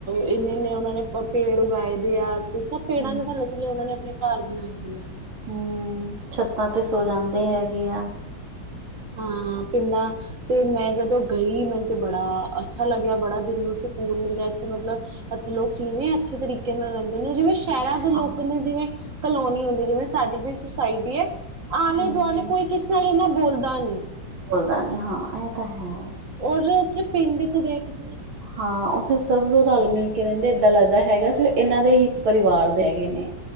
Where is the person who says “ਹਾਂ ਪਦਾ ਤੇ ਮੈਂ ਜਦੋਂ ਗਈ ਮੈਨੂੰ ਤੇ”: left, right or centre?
Right